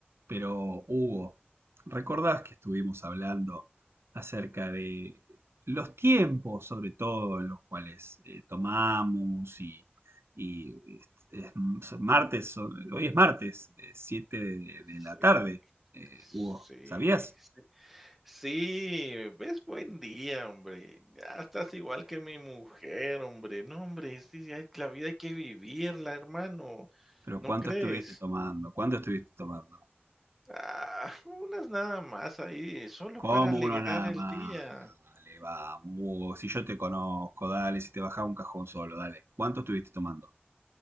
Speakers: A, on the right; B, in the centre.
A: Pero, Hugo, ¿recordás que estuvimos hablando acerca de los tiempos, sobre todo, en los cuales eh, tomamos y, y es, es martes, hoy es martes, eh, 7 de, de
B: Sí,
A: la tarde, eh,
B: sí,
A: Hugo, ¿sabías?
B: sí. Sí, es buen día, hombre. Ya estás igual que mi mujer, hombre. No, hombre, sí, sí, hay- la vida hay que vivirla, hermano.
A: Pero
B: ¿No
A: ¿cuánto
B: crees?
A: estuviste tomando? ¿Cuánto estuviste tomando?
B: Ah, unas nada más ahí, solo
A: Como
B: para alegrar
A: uno nada
B: el
A: más.
B: día.
A: Dale, vamos, Hugo. Si yo te conozco, dale, si te bajaba un cajón solo, dale. ¿Cuánto estuviste tomando?